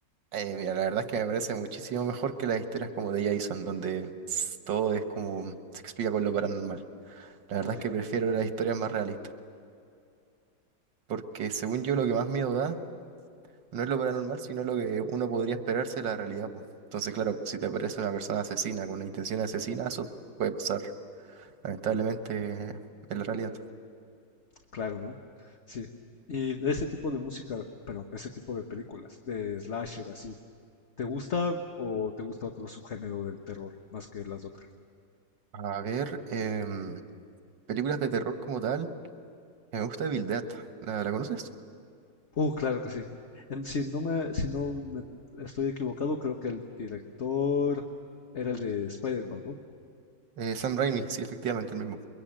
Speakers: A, on the right (about 85°); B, on the left (about 45°).
A: eh, mira, la verdad es que me parece muchísimo mejor que las historias como de Jason, donde s- todo es como se explica con lo paranormal. La verdad
B: Ok,
A: es que prefiero las historias más realistas, porque según yo lo que más miedo da No es lo paranormal, sino lo que uno podría esperarse de la realidad, pues. Entonces, claro, pues, si te aparece una persona asesina con una intención de asesina, eso puede pasar, lamentablemente,
B: ujú,
A: en la realidad.
B: Claro, ¿no? Sí. Y de ese tipo de música, pero ese tipo de películas, de slasher así, ¿te gusta o te gusta otro subgénero del terror más que las otras?
A: A ver, em, películas de terror como tal, eh, me gusta Evil Dead, ¿la, la conoces?
B: Uh, claro que sí. En- si no me, si no me estoy equivocado, creo que el director era el de Spider-Man, ¿no?
A: Eh, Sam Raimi, sí, efectivamente, el mismo.